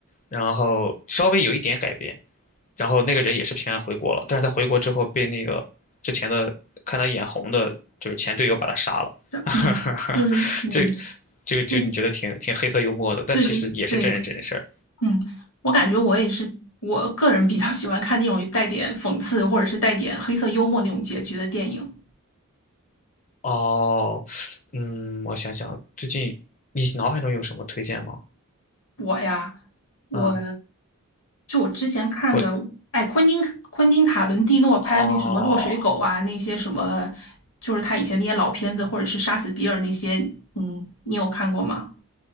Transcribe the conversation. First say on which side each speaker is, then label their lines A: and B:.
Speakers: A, on the left (about 35°); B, on the left (about 65°).
A: 然后稍微有一点改编，然后那个人也是平安回国了，但是他回国之后被那个之前的看他眼红的，就是前队友把他杀了，
B: 嗯，
A: <laughs>
B: 就是嗯，
A: 这这个就你觉得挺挺黑色幽默的，
B: 对
A: 但其实也是真人真事儿。
B: 对对对，嗯，我感觉我也是，我个人比较喜欢看那种带点讽刺或者是带点黑色幽默那种结局的电影。
A: 哦，嗯，我想想，最近你脑海中有什么推荐吗？
B: 我呀，我
A: 嗯，
B: 就我之前看的，
A: 我
B: 哎，昆汀昆汀塔伦蒂诺拍的那什么《落水狗》啊，
A: 哦。
B: 那些什么，就是他以前那些老片子，或者是《杀死比尔》那些，嗯，你有看过吗？